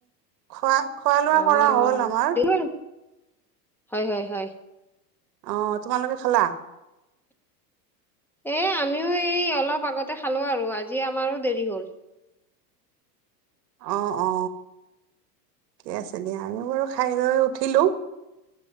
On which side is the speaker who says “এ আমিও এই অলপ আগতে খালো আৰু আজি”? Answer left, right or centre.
Centre